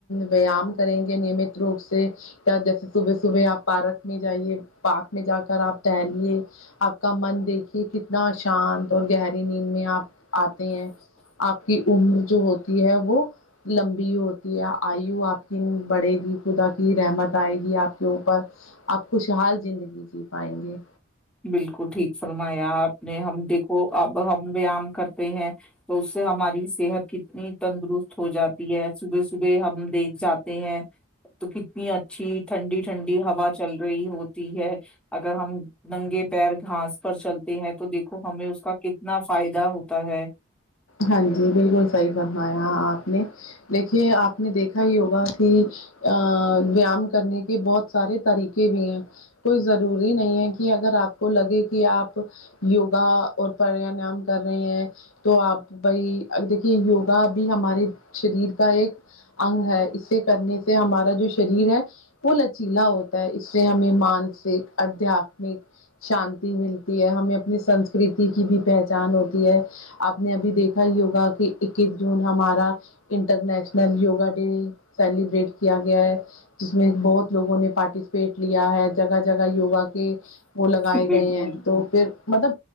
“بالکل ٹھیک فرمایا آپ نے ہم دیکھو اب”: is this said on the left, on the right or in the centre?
Centre